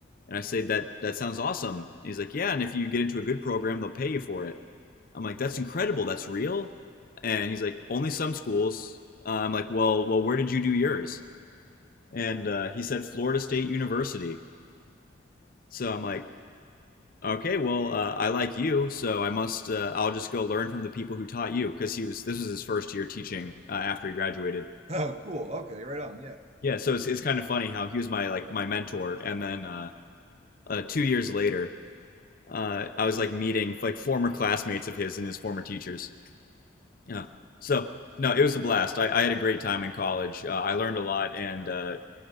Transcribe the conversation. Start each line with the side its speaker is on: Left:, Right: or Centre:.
Left: And I say that that sounds awesome. And he's like, yeah, and if you get into a good program, they'll pay you for it. I'm like, that's incredible. That's real. And he's like, only some schools. Uh, I'm like, well, well, where did you do yours? And uh, he said Florida State University. So I'm like, okay, well, uh, I like you, so I must. Uh, I'll just go learn from the people who taught you because he was. This was his first year teaching uh, after he graduated.
Right: Oh, cool. Okay, right on. Yeah.
Left: Yeah, so it's it's kind of funny how he was my like my mentor, and then uh, uh, two years later, uh, I was like meeting like former classmates of his and his former teachers. Yeah. So no, it was a blast. I, I had a great time in college. Uh, I learned a lot, and uh,